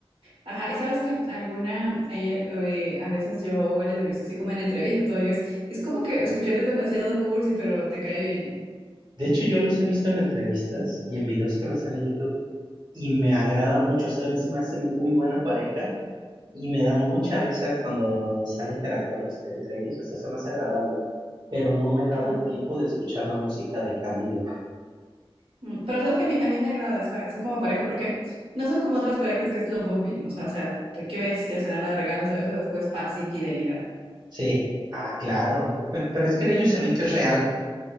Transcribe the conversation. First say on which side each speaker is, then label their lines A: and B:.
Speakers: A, on the right (about 70°); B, on the right (about 45°).
A: Ajá, y sabes que alguna, ayer, eh, a veces yo les he visto así como en entrevistas, todo, y es, es como que escuchar es demasiado cursi, pero te cae bien.
B: De hecho, yo los he visto en entrevistas y en videos que me salen en YouTube y me agrada mucho, o sea, se me hace muy buena pareja y me dan mucha risa cuando están interactuando este- entre ellos, o sea, se me hace agradable, pero no me he dado
A: Ajá.
B: el tiempo de escuchar la música de Camilo.
A: Mm, Pero sabes que a mí, a mí me agrada esa, esa como pareja, porque no son como otras parejas que es lo bombín, o sea, o sea, que que ves, ya se dan las regalos o eso, después paz y fidelidad.
B: Sí, ah, claro, pe- pero, pero es que en ellos
A: Ujú.
B: se ven que es real,